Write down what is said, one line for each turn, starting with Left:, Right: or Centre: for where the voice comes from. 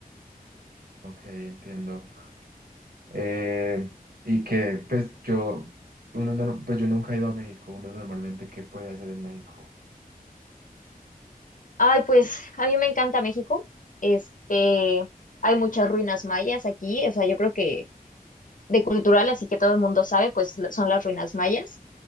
Right: Ok, entiendo. Eh, y que pues yo, uno no- pues yo nunca he ido a México. Uno normalmente, ¿qué puede hacer en México?
Left: Ay, pues a mí me encanta México. Este, hay muchas ruinas mayas aquí, o sea, yo creo que de cultural, así que todo el mundo sabe, pues lo- son las ruinas mayas.